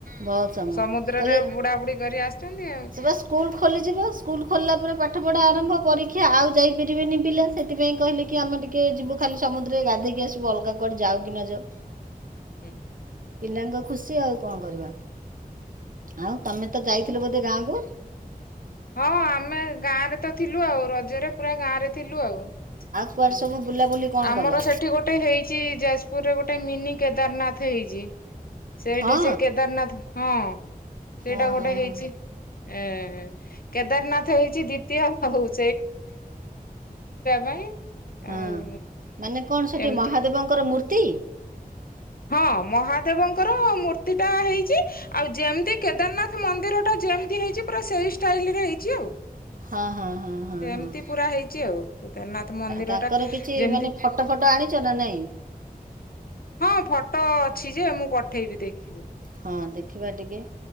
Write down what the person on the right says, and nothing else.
ବହୁତ ସମୟ
କଲେ
ସେ ବା ସ୍କୁଲ ଖୋଲିଯିବ ସ୍କୁଲ ଖୋଲିଲା ପରେ ପାଠ ପଢ଼ା ଆରମ୍ଭ ପରୀକ୍ଷା ଆଉ ଯାଇପାରିବେନି ପିଲା ସେଥିପାଇଁ କହିଲେ କି ଆମେ ଟିକେ ଯିବୁ ଖାଲି ସମୁଦ୍ରରେ ଗାଧେଇକି ଆସିବୁ ଅଲଗା କଆଡେ ଯାଉ କି ନ ଯାଉ।
ପିଲାଙ୍କ ଖୁସି ଆଉ କଣ କରିବା ଆଉ ତମେ ତ ଯାଇଥିଲ ବୋଧେ ଗାଁ କୁ
କୁଆଡ଼େ ସବୁ ବୁଲାବୁଲି କଣ
କଲ
ହଁ
ଓହୋ
ହଁ
ହଁ
ମାନେ କଣ ସେଠି
ମହାଦେବଙ୍କର ମୂର୍ତ୍ତି?
ହଁ ହଁ ହଁ ହଁ
ହଁ
ତାଙ୍କର
କିଛି
ମାନେ ଫଟୋ ଫଟ ଆଣିଛ ନା ନାଇଁ।
ହଁ ଦେଖି ବା ଟିକେ।